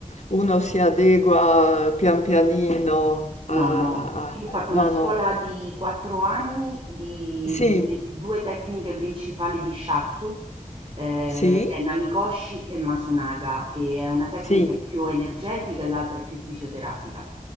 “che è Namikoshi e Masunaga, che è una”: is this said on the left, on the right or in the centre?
Right